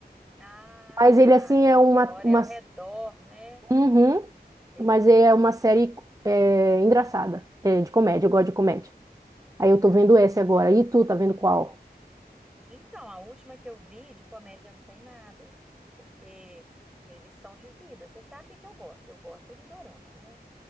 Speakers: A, in the centre; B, on the right.
A: Ah,
B: Mas
A: tá,
B: ele, assim,
A: é
B: é
A: uma
B: uma,
A: história
B: uma...
A: ao redor, né?
B: Uhum,
A: Entendi.
B: mas é uma série é, engraçada, é, de comédia, eu gosto de comédia. Aí eu tô
A: Ah,
B: vendo essa
A: tá.
B: agora. E tu, tá vendo qual?
A: Então, a última que eu vi de comédia não tem nada, porque tem lição de vida. Você sabe o que que eu gosto? Eu gosto é de dorama, né?